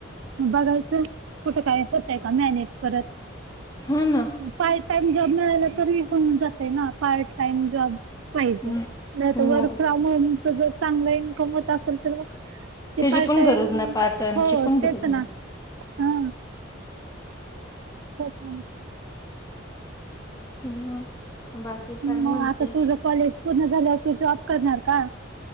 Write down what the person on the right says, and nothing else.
बघायचं कुठं काय होतय का मॅनेज. परत
पार्ट टाईम जॉब मिळाला तरी होऊन जाते ना पार्ट टाइम जॉब. पाहिजे
नाही
तर वर्क फ्रॉम होमच जर चांगलं इन्कम होत असेल तर मग ते
पार्ट
टाईम
हो
तेच ना.
हा तेच
मग
आता तुझं कॉलेज पूर्ण झाल्यावर तू जॉब करणार का?